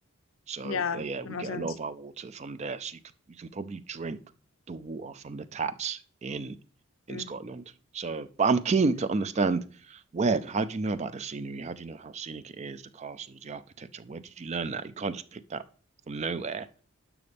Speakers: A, on the right (about 30°); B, on the left (about 75°).
A: So
B: Yeah,
A: uh, yeah, we
B: the mountains.
A: get a lot of our water from there. So you can you can probably drink the water from the taps in in
B: mm
A: Scotland. So, but I'm keen
B: mm.
A: to understand where. How do you know about the scenery? How do you know how scenic it is, the castles, the architecture? Where did you learn that? You can't just pick that from nowhere.